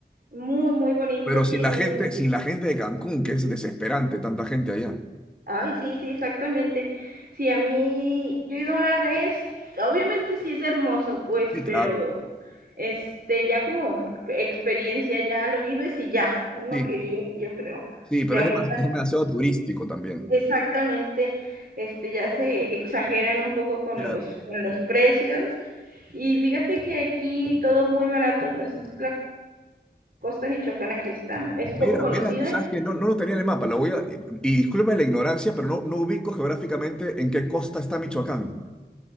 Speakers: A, on the right; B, in the centre.
A: muy, muy bonito,
B: Pero sin
A: tienen
B: la gente, sin la gente de Cancún, que es desesperante, tanta gente allá.
A: Ay, sí, sí, exactamente. Sí, a mí, yo he ido una vez, obviamente sí es hermoso, pues,
B: Sí, claro.
A: pero este, ya como ex- experiencia, ya lo vives y ya, uno
B: Sí,
A: que vive aquí, yo creo.
B: Sí,
A: Ya
B: pero
A: ahorita,
B: es demas- es demasiado turístico también.
A: exactamente, este, ya se exageran un poco con
B: Claro.
A: los, con los precios. Y fíjate que aquí todo muy barato, pues es la costa michoacana que está, es
B: Mira,
A: poco conocida.
B: mira, sabes que no, no lo tenía en el mapa, lo voy a, y discúlpame la ignorancia, pero no, no ubico geográficamente en qué costa está Michoacán.